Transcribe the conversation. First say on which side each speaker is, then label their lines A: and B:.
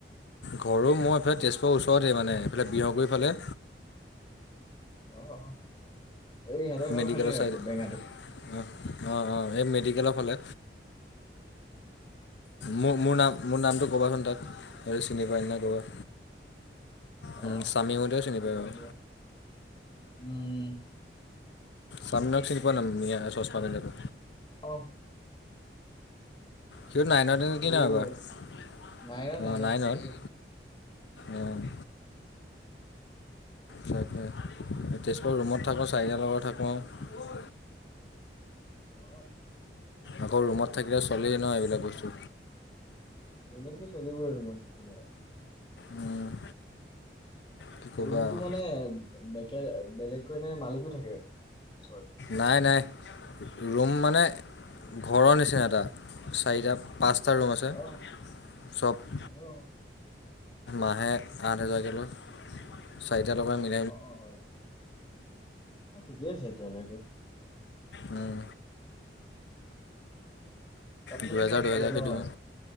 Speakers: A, on the left (about 80°); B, on the left (about 25°).
A: ঘৰও মই এইফালে তেজপুৰৰ ওচৰতে মানে, এইফালে বিহগুৰি ফালে',
B: অ', -অ', এই ইহঁতৰ ঘৰ
A: মেডিকেলৰ
B: ফালে আৰু
A: ছাইডে
B: বেঙাটোৰ',
A: অঁ', - অঁ', - অঁ', এই মেডিকেলৰ ফালে, মো, মোৰ নাম', মোৰ নামটো ক'বাচোন তাক আৰু চিনি পাই নে ক'বা',
B: অ'
A: উম', চামিম হতেও
B: সুধি
A: চিনি পাব',
B: চাম দিয়া। উম',
A: চাননাওক চিনি পোৱা ন মিয়া চশমা পিন্ধা টো?
B: অহ',
A: সিও নাইনতে নেকি
B: সৰু
A: ন এইবাৰ
B: হয়। নাইনত
A: অ', নাইনত',
B: সৰু হয়।
A: অহ', তাকে, তেজপুৰৰ ৰুমত থাকোঁ চাৰিটা লগত থাকোঁ',
B: অ'
A: আকৌ ৰুমত থাকিলে চলেই ন এইবিলাক বস্তু',
B: এইবিলাকতো চলিবই আৰু ৰুমত। কি আৰু
A: উম', কি ক'বা
B: ৰুমটো
A: আৰু
B: মানে বে বেলেগকৈ নে মালিকো থাকে, ওচৰত।
A: নাই নাই ৰুম মানে ঘৰৰ নিচিনা এটা, চাৰিটা পাঁচটা ৰুম আছে,
B: অ'
A: চব
B: অ'
A: মাহে আঠ হেজাৰকে লয়। চাৰিটা টকা মিল
B: অ অ অ <inaudible> ঠিকেই আছে তেতিয়াহলে সেইটো।
A: উম।
B: তাত মানে
A: দুহেজাৰ
B: চব
A: দুহেজাৰকে
B: চলে ন
A: দিওঁ,
B: আৰু?